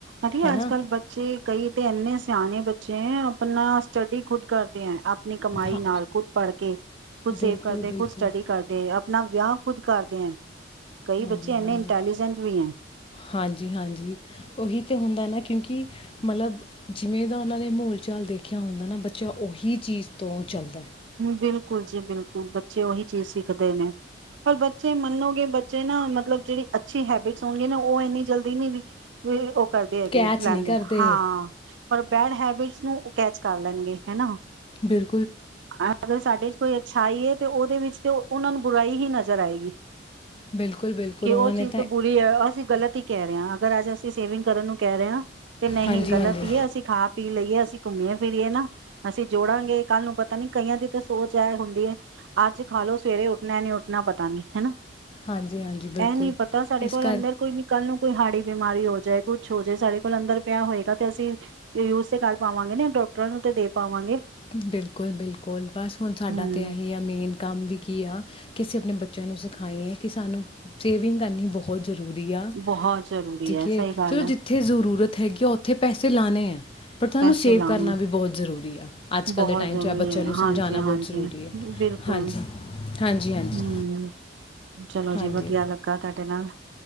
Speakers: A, on the right (about 70°); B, on the left (about 30°).
A: ਅਰੇ
B: ਹੈ ਨਾ?
A: ਅੱਜ ਕੱਲ੍ਹ ਬੱਚੇ ਕਈ ਤੇ ਇੰਨੇ ਸਿਆਣੇ ਬੱਚੇ ਚੇਂ ਆਪਣਾ ਸਟਡੀ ਖੁਦ ਕਰਦੇ ਐਂ ਆ ਆਪਣੀ ਕਮਾਈ
B: ਹਾਂ,
A: ਨਾਲ ਖੁਦ ਪੜ੍ਹ ਕੇ ਖੁਦ
B: ਬਿਲਕੁਲ,
A: ਸੇਵ ਕਰਦੇ
B: ਬਿਲਕੁਲ।
A: ਖੁਦ ਸਟੱਡੀ ਕਰਦੇ ਆ ਨਾ ਵਿਆਹ ਖੁਦ ਕਰਦੇ ਐ। ਕਈ
B: ਹਾਂਜੀ,
A: ਬੱਚੇ ਇੰਨੇ
B: ਹਾਂਜੀ।
A: ਇੰਟੈਲੀਜੈਂਟ ਵੀ ਐਂ।
B: ਹਾਂਜੀ ਹਾਂਜੀ ਉਹੀ ਤੇ ਹੁੰਦਾ ਐ ਨਾ। ਕਿਉਂਕਿ ਮਤਲਬ ਜਿਵੇਂ ਦਾ ਉਹਨਾਂ ਨੇ ਮਾਹੌਲ ਚਾਲ ਦੇਖਿਆ ਹੁੰਦਾ ਨਾ ਬੱਚਾ ਉਹੀ ਚੀਜ਼ ਤੋਂ ਚੱਲਦਾ ਏ।
A: ਬਿਲਕੁਲ ਜੀ ਬਿਲਕੁਲ ਬੱਚੇ ਉਹੀ ਚੀਜ਼ ਸਿੱਖਦੇ ਨੇ ਪਰ ਬੱਚੇ ਮੰਨੋਗੇ ਬੱਚੇ ਨਾ ਮਤਲਬ ਜਿਹੜੀ ਅੱਛੀ ਹੈਬਿਟਸ ਹੋਣਗੇ ਨਾ ਉਹ ਇੰਨੀ ਜਲਦੀ ਨੀ। ਕਰਦੇ ਹੈਗੇ
B: ਕੈਚ
A: ਲੈਂਦੇ
B: ਨਹੀਂ ਕਰਦੇ
A: ਹਾਂ ਪਰ ਬੈਡ ਹੈਬਿਟ ਨੂੰ ਕੈਚ ਕਰ ਲੈਣਗੇ ਹੈ ਨਾ
B: ਬਿਲ
A: ਹਾ ਅਗਰ ਸਾਡੇ ਚ ਕੋਈ ਅੱਛਾਈਏ ਹੈ ਤੇ ਉਹ ਉਹਦੇ ਵਿੱਚ ਤੇ ਉਹਨਾਂ ਨੂੰ ਬੁਰਾਈ ਹੀ ਨਜ਼ਰ ਆਏਗੀ।
B: ਬਿਲਕੁਲ ਬਿਲਕੁਲ
A: ਕੈ
B: ਉਹਨਾਂ
A: ਉਹ ਚੀਜ਼
B: ਨੇ
A: ਤਾਂ ਬੁਰੀ ਹੈ ਅਸੀਂ ਗ਼ਲਤ ਹੀ ਕਹਿ ਰਹੇ ਹਾਂ ਅਗਰ ਅੱਜ ਅਸੀਂ ਸੇਵਿੰਗ ਕਰਨ ਨੂੰ ਕਹਿ ਰਹੇ ਹਾਂ। ਤੇ ਨਹੀਂ
B: ਹਾਂਜੀ
A: ਗਲਤ
B: ਹਾਂਜੀ
A: ਹੀਏ ਅਸੀਂ ਖਾ ਪੀ ਲਈਏ ਅਸੀਂ ਘੁੰਮਿਆ ਫਿਰੀਏ ਨਾ ਅਸੀਂ ਜੋੜਾਂਗੇ ਕੱਲ ਨੂੰ ਪਤਾ ਪਤਾ ਨੀ ਕਈਆਂ ਦੀ ਤਾਂ ਸੋਚ ਇਹ ਹੁੰਦੀ ਹੈ ਅੱਜ ਖਾਲੋ ਸਵੇਰੇ ਉੱਠਣਾ ਨੀ ਉੱਠਣਾ ਪਤਾ ਨੀ ਹੈ ਨਾ।
B: ਹਾਂਜੀ ਹਾਂਜੀ ਬਿਲਕੁਲ
A: ਇਹ ਨਹੀਂ ਪਤਾ ਸਾਡੇ
B: ਇਸ
A: ਕੋਲ
B: ਕਰ
A: ਅੰਦਰ ਕੋਈ ਵੀ ਕੱਲ ਨੂੰ ਕੋਈ ਹਾੜੀ ਬਿਮਾਰੀ ਹੋ ਜਾਏ ਕੁਛ ਹੋ ਜਾਏ ਸਾਡੇ ਕੋਲ ਅੰਦਰ ਪਿਆ ਹੋਏਗਾ ਤੇ ਅਸੀਂ ਯੂਜ ਤੇ ਕਰ ਪਾਵਾਂਗੇ ਨਾ ਡਾਕਟਰਾਂ ਨੂੰ ਤੇ ਦੇ ਪਾਵਾਂਗੇ।
B: ਬਿਲਕੁੱਲ ਬਿਲਕੁਲ ਬਿਲਕੁਲ ਬਸ ਹੁਣ ਸਾਡਾ
A: ਹਮ
B: ਤੇ ਇਹੀ ਆ ਮੇਨ ਕੰਮ ਵੀ ਕੀ ਆ ਕਿ ਅਸੀਂ ਆਪਣੇ ਬੱਚਿਆਂ ਨੂੰ ਸਿਖਾਈਏ ਕਿ ਸਾਨੂੰ ਸੇਵਿੰਗ ਕਰਨੀ ਬਹੁਤ ਜ਼ਰੂਰੀ ਆ
A: ਬਹੁਤ ਜ਼ਰੂਰੀ
B: ਠੀਕ ਹੈ।
A: ਸਹੀ ਗੱਲ
B: ਚਲੋ,
A: ਹੈ
B: ਜਿੱਥੇ ਜ਼ਰੂਰਤ ਹੈਗੀ ਆ ਉੱਥੇ ਪੈਸੇ ਲਾਣੈ ਹੈ। ਪਰ ਤੁਹਾਨੂੰ
A: ਪੈਸੇ
B: ਸੇਵ
A: ਲਾਣੇ
B: ਕਰਨਾ ਵੀ ਬਹੁਤ ਜ਼ਰੂਰੀ ਆ। ਅੱਜ
A: ਬਹੁਤ
B: ਕੱਲ੍ਹ ਦੇ ਟਾਈਮ
A: ਜ਼ਰੂਰੀ
B: 'ਚ ਆ ਬੱਚਿਆਂ
A: ਹੈ
B: ਨੂੰ ਸਮਝਾਉਣਾ
A: ਹਾਂਜੀ
B: ਬਹੁਤ
A: ਹਾਂਜੀ
B: ਜ਼ਰੂਰੀ ਹੈ।
A: ਬਿਲਕੁਲ
B: ਹਾਂਜੀ ਹਾਂਜੀ ਹਾਂਜੀ
A: ਹਮ ਚਲੋ
B: ਹਾਂਜੀ
A: ਜੀ ਵਧੀਆ ਲੱਗਾ ਤੁਹਾਡੇ ਨਾਲ